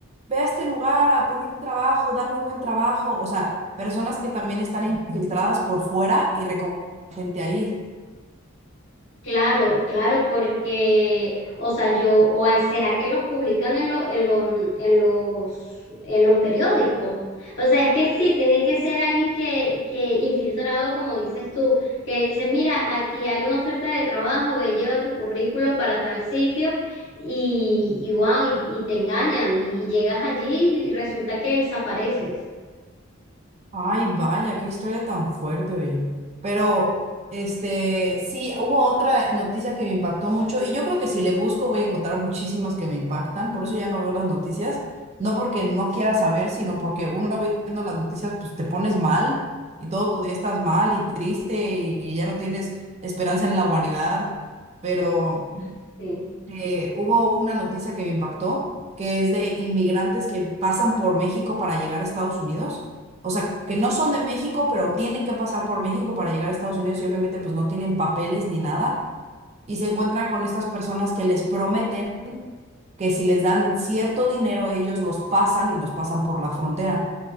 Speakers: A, on the right; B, on the left.
A: ve a este lugar a pedir trabajo, dan muy buen trabajo, o sea, personas que también están infiltradas por fuera y recomiendan gente a ir.
B: Claro, claro, porque, o sea, yo, o a- será que los publican en, lo- en, lo- en los, en los periódicos. O sea, es que sí, tiene que ser alguien que, que infiltrado, como dices tú, que dice, mira, aquí hay una oferta de trabajo, ve, lleva tu currículo para tal sitio y, y wow, y, y te engañan y llegas allí y resulta que desapareces.
A: Ay, vaya, qué historia tan fuerte, oye. Pero, este, sí, hubo otra noticia que me impactó mucho y yo creo que si le busco voy a encontrar muchísimas que me impactan, por eso ya no veo las noticias, no porque no quiera saber, sino porque uno viendo las noticias, pues te pones mal y todo tu día estás mal y triste y ya no tienes esperanza en la humanidad, pero
B: Ay, Sí,
A: eh, hubo una noticia que me impactó, que es de inmigrantes que pasan por México para llegar a Estados Unidos. O sea, que no son de México, pero tienen que pasar por México para llegar a Estados Unidos y obviamente pues no tienen papeles ni nada. Y se encuentran con estas personas que les prometen que si les dan cierto dinero, ellos los pasan y los pasan por la frontera.